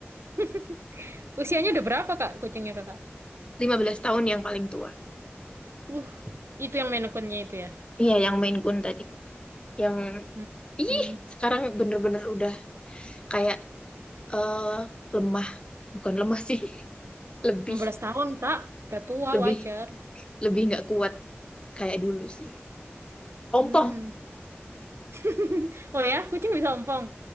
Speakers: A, on the right (about 70°); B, on the left (about 25°).
A: <laughs> Usianya udah berapa, Kak, kucingnya, Kakak?
B: belas tahun yang paling tua.
A: Uh, itu yang Maine Coon-nya itu ya.
B: Iya, yang Maine Coon tadi. Yang,
A: Hmm.
B: ih,
A: Hmm.
B: sekarang bener-bener udah kayak eh lemah. Bukan lemah sih. <laughs> Lebih,
A: enam belas tahun, Kak. Udah tua,
B: lebih,
A: wajar.
B: lebih nggak kuat kayak dulu sih. Ompong.
A: Hmm. <laughs> Oh ya, kucing bisa ompong.